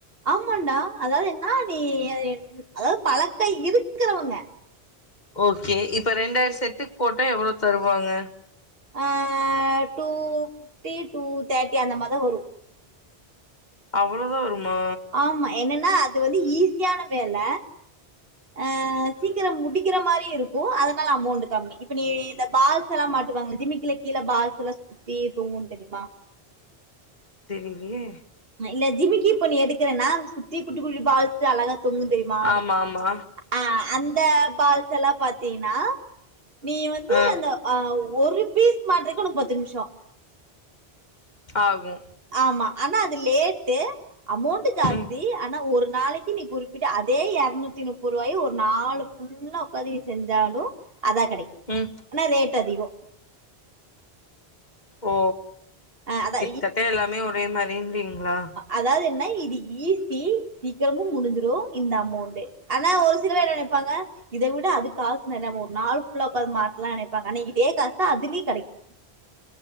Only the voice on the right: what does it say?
ஆமாண்டா அதாவது என்ன நீ அதாவது பழக்க இருக்றவுங்க
ஆ டூ ஃபிப்டி டூ தேர்ட்டி அந்த மார்தா வரு
ஆமா என்னன்னா அது வந்து ஈஸியான வேல ஆ சீக்கிரோ முடி க்கிற மாரி இருக்கு அதனால அமௌண்ட்டு கம்மி இப்ப நீ இந்த பால்ஸ்ஸெல்லா மாட்டுவாங்கல ஜிமிக்கல கீழ பால்ஸ்ஸெல்லா சுத்தி தொங்கு தெரிமா
இல்ல ஜிமிக்கி இப்ப நீ எடுக்குறன்னா அத சுத்தி குட்டி குட்டி பால்ஸு அழகா தொங்கு தெரிமா ஆடு
ஆ அந்த பால்ஸ்ஸெல்லா பாத்தீங்கன்னா நீ வந்து
அந்த ஆ ஒரு பீஸ் மாட்றக்கு ஒனக்கு பத்து நிம்ஷோ
ஆமா ஆனா அது லேட்டு அமௌண்ட்டு ஜாஸ்தி
ஆனா ஒரு நாளை க்கி நீ குறிப்பிட்டு அதே எர்நூத்தி முப்பருவாய ஒரு நாளு ஃபுல்லா ஒக்காந்து நீ செஞ்சாலு அதா கெடை
ஆனா ரேட் அதிகோ
ஆ அதா
அதாவ்து என்னா இது ஈஸி சீக்கிரமு முடிஞ்சிரு இந்த அமௌண்ட்டு ஆனா ஒரு சில பேர் என்ன நெனைப்பாங்க இத விட அது காசு நெறயா ஒரு நாள் ஃபுல்லா ஒக்காந்து மாட்லா நெனைப்பாங்க ஆனா இதே காசு அதுலி கெடைக்கு